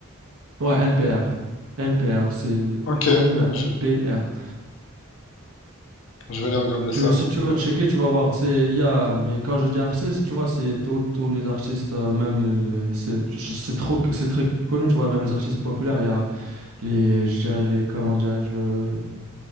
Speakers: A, on the right; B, on the left.
A: Ouais, NPR. NPR, c'est
B: Ok,
A: NPR.
B: je, je vais aller regarder
A: Tu-
B: ça,
A: si tu
B: tu
A: veux
B: vois.
A: checker, tu vas voir. C'est, il y a, mais quand je dis artiste, tu vois, c'est tous tous les artistes, euh, même les- les- c'est je- c'est trop, c'est très connu, tu vois, même les artistes populaires, il y a les, je dirais, les, comment dirais-je, le,